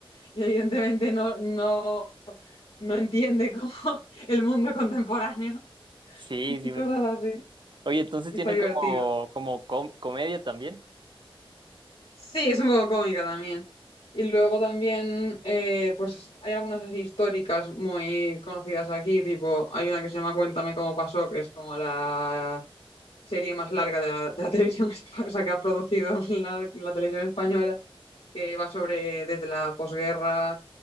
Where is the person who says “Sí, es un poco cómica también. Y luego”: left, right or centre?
Left